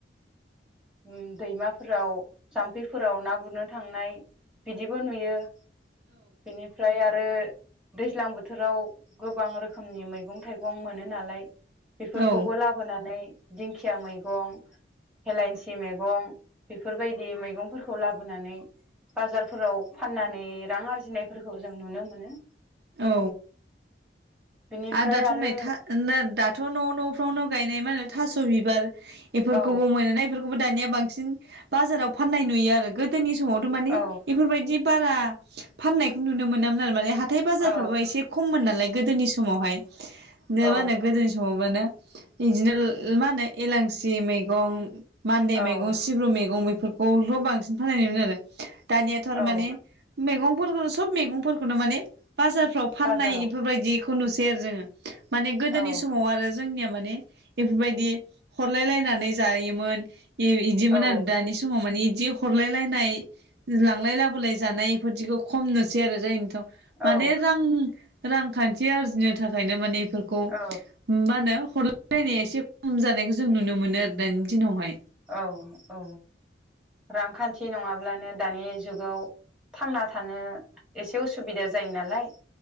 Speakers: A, in the centre; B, on the right (about 60°).
A: उम दैमाफोराव जाम्फैफोराव ना गुरनो थांनाय बिदिबो नुयो। बेनिफ्राय आरो दैज्लां बोथोराव गोबां रो खोमनि मैगं थाइगं मोनो नालाय। बेफोरखौबो
B: औ
A: लाबोनानै दिंखिया मैगं हेलेंसि मैगं। बेफोरबायदि मैगंफोरखौ लाबोनानै बाजारफोराव फाननानै रां आरजिनायफोरखौ जों नुनो मोनो।
B: औ।
A: बिनिफ्राय
B: आ दाथ'
A: आरो
B: नै था नै दाथ' न' न'फ्रावनो गायनाय मा होनो थास बिबार इफोरखौबो
A: औ
B: मोनोना इफोर खौबो दानिया बांसिन बाजाराव फाननाय नुयो आरो गोदोनि समावथ' माने
A: औ
B: इफोरबायदि बारा फाननायखौ नुनो मोनामोन आरो माने हा थाइ बाजारफ्राबो
A: औ
B: एसे खममोन नालाय। गोदोनि समावहाय नो
A: औ
B: मा होनो गोदोनि समावबानो बिदिनोल मा होनो एलांसि मैगं। मान्दे
A: औ
B: मैगं, सिब्रु मैगं, बे बफोरखौथ' बांसिन फाननाय नुयोमोन आरो दानियाथ' आरो
A: औ
B: माने। मैगंफोरखौ सब मैगंफोरखौनो माने बाजारफ्राव फाननाय
A: बाजाराव
B: इफोरबायदि खौ नुसै आरो जोङो - माने गोदोनि
A: औ
B: समाव आरो जोंनिया माने बेफोरबायदि हरलाय लायनानै जायोमोन। इदिमोन
A: औ
B: आरो दानि समाव मानि इदि हरलाय लायनाय लांलाय लाबोलाय जानाय बेफोरदिखौ खमनोसै आरो जायनिथाव
A: औ
B: माने रां रांखान सि आरजिनो थाखायनो मानि फोरखौ
A: औ
B: मा होनो हरलायलायनाया एसे खम जानायखौ जों नुनो मोनो आरो दानि दिनावहाय
A: औ औ रांखान्थि नङाब्लानो दानि जुगाव थांना थानो एसे उसुबिदा जायो नालाय